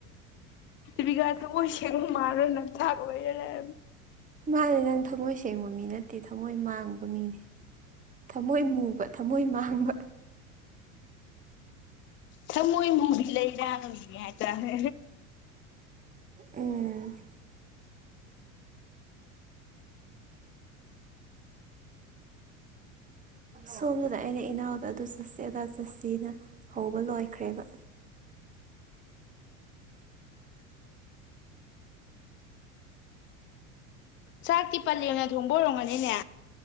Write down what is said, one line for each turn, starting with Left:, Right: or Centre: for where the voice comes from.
Left: ꯕꯤꯀꯥ ꯊꯃꯣꯏ ꯁꯦꯡꯕ ꯃꯥꯟꯅ ꯅꯝꯊꯛ ꯑꯣꯏꯔ ꯂꯩꯔꯝ
Right: ꯃꯥꯅꯦ ꯅꯪ ꯊꯃꯣꯏ ꯁꯦꯡꯕ ꯃꯤ ꯅꯠꯇꯦ ꯊꯃꯣꯏ ꯃꯥꯡꯕ ꯃꯤꯅꯦ꯫ ꯊꯝꯃꯣꯏ ꯃꯨꯕ ꯊꯝꯃꯣꯏ ꯃꯥꯡꯕ
Left: ꯊꯃꯣꯏꯃꯨꯕꯤ ꯂꯩꯔꯥꯡꯒꯤ ꯍꯥꯏꯇꯥꯔꯦ
Right: ꯎꯝ ꯁꯣꯝꯗꯨꯗ ꯑꯩꯅ ꯏꯅꯥꯎꯗ ꯑꯗꯨ ꯆꯠꯁꯦ ꯑꯗꯥ ꯆꯠꯁꯤꯅ ꯍꯧꯕ ꯂꯣꯏꯈ꯭ꯔꯦꯕ꯫
Left: ꯆꯥꯛꯇꯤ ꯄꯂꯦꯡꯅ ꯊꯣꯡꯕ ꯑꯣꯏꯔꯝꯒꯅꯤꯅꯦ꯫